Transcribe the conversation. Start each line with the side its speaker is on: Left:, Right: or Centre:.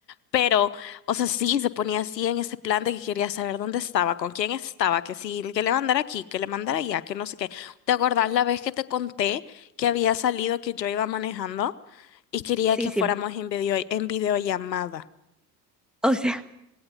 Left: Pero, o sea, sí, se ponía así en ese plan de que quería saber dónde estaba, con quién estaba, que si que le mandara aquí, que le mandara allá, que no sé qué. ¿Te acordás la vez que te conté que había salido que yo iba manejando y quería
Centre: Sí,
Left: que
Centre: sí.
Left: fuéramos en video, en videollamada?
Centre: O sea,